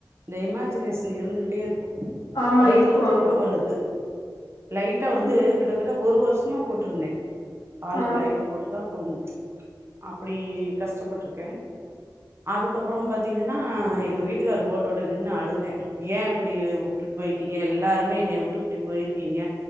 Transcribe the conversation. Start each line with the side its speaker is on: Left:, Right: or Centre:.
Right: இந்த இமஜினேசன் இருந்துகிட்டே இருக்கும்
Left: ஆமா
Right: பயத்துல
Left: இருக்கு
Right: தூக்கம்
Left: அது
Right: வர்றது லைட்ட வந்து
Left: ம்
Right: கிட்டத்தட்ட ஒரு வருஷமா போட்ருந்தேன் ஆல்ல
Left: ஆ
Right: லைட்ட போட்டுதா தூங்குவே அப்டி கஷ்டப்பட்டுருக்கேன் அதுக்கப்பறம் பாத்தீங்கன்னா எங்க வீட்டுக்கார் போட்டோட்ட நின்னு அழுதேன் ஏன் இப்டி உட்டுட்டு போயிட்டீங்க எல்லாருமே என்னைய உட்டு இப்டி போயிருக்கீங்க